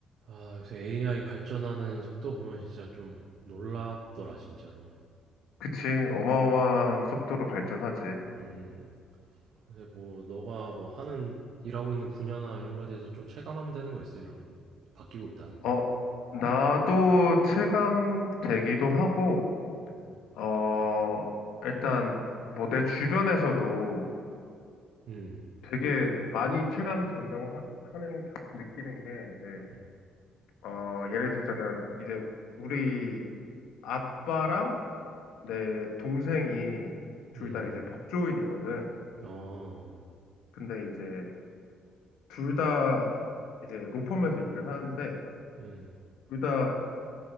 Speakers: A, on the right (about 55°); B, on the left (about 85°).
A: 아, 요새 AI 발전하는 속도 보면 진짜 좀 놀랍더라, 진짜로.
B: 그치. 어마어마한 속도로 발전하지.
A: 음, 요새 뭐, 너가 뭐 하는, 일하고 있는 분야나 이런 거에 대해서 좀 체감하면 되는 거 있어, 이런, 바뀌고 있다는
B: 어,
A: 게?
B: 나도 체감되기도 하고,
A: 음,
B: 어, 일단, 뭐, 내 주변에서도
A: 음,
B: 되게 많이 체감된다고 하, 하는, 느끼는 게, 이제,
A: 음,
B: 어, 예를 들자면, 이제, 우리 아빠랑 내 동생이 둘
A: 음,
B: 다 이제 법조인이거든.
A: 어,
B: 근데 이제, 둘 다 이제 로펌에서 일을 하는데,
A: 음,
B: 둘다